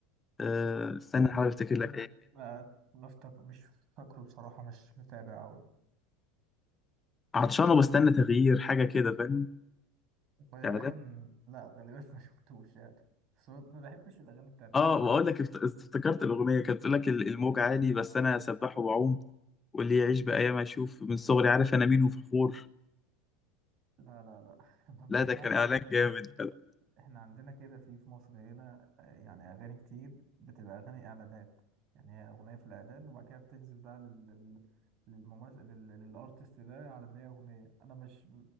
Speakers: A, on the left; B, on the right.
A: آه، استنى احاول افتكر
B: آه،
A: لك ايه
B: ما ما افتكر مش فاكره بصراحة مش متابع أوي
A: عطشان وبستنى تغيير حاجه كده فاهم
B: غالبا
A: اعلان
B: لا غالبا <laughs> ما شفتوش يعني بس ما ما بحبش الأغاني بتاعت
A: اه
B: الإعلانات
A: واقول لك افت- افتكرت الاغنيه كانت بتقول لك ال- الموج عالي بس انا سباح وبعوم واللي يعيش بايام اشوف من صغري عارف انا مين وفخور
B: لا لا لا <laughs> ما
A: لا
B: بسمعش
A: ده كان اعلان جامد
B: احنا عندنا كده في في مصر هنا آه، يعني أغاني كتير بتبقى أغاني إعلانات يعني هي أغنية في الإعلان وبعد كده بتنزل بقى لل لل- للممثل لل- للأرتست ده على إن هي أغنية أنا مش